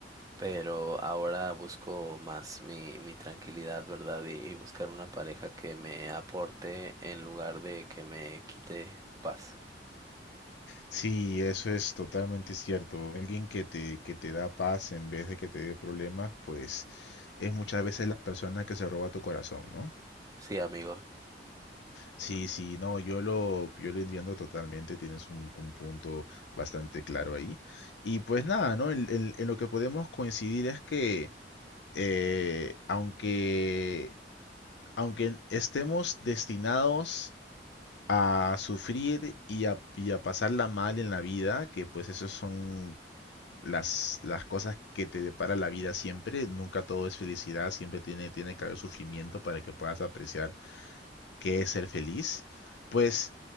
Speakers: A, on the right; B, on the left.
A: pero ahora busco más mi, mi tranquilidad, ¿verdad? Y, y buscar una pareja que me aporte en lugar de que me quite paz.
B: Sí, eso es totalmente cierto. Alguien que te, que te da paz en vez de que te dé problemas, pues es muchas veces la persona que se roba tu corazón, ¿no?
A: Sí, amigo.
B: Sí, sí, no, yo lo, yo lo entiendo totalmente, tienes un, un punto bastante claro ahí. Y pues nada, ¿no? En, en- en lo que podemos coincidir es que eh, aunque, aunque estemos destinados a sufrir y a, y a pasarla mal en la vida, que pues esas son las, las cosas que te depara la vida siempre, nunca todo es felicidad, siempre tiene, tiene que haber sufrimiento para que puedas apreciar qué es ser feliz, pues...